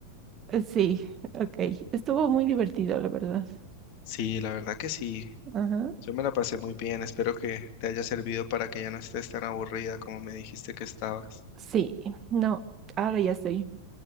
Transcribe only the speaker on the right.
Eh, Sí, ok. Estuvo muy divertido, la verdad.
Ajá.
Sí, no, ahora ya estoy.